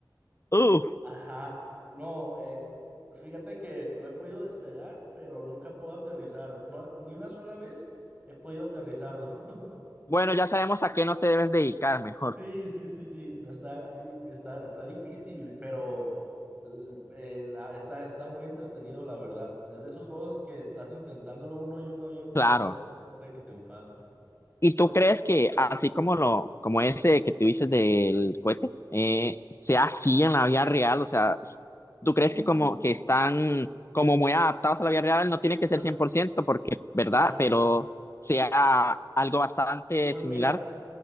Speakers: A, on the left; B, on the right.
A: Uf,
B: Ajá, no, eh, fíjate que lo he podido despegar, pero nunca puedo aterrizar. No, ni una sola vez he podido aterrizarlo. <laughs>
A: bueno, ya sabemos a qué no te debes dedicar, mejor,
B: Sí, sí, sí, sí, no está, y está, está difícil, pero l- eh, la- está, está muy entretenido, la verdad. Es de esos juegos que estás intentándolo uno y uno y otra
A: claro.
B: vez hasta que te enfadas.
A: ¿Y tú
B: Hoy,
A: crees que así como lo, como ese que tú dices del cohete, eh, sea así en la vida real? O sea, s- ¿tú crees
B: mm,
A: que como que están como muy adaptados a la vida real? No tiene que
B: pues
A: ser 100% porque, ¿verdad?
B: claro.
A: Pero sea algo bastante
B: Pues
A: similar.
B: mira,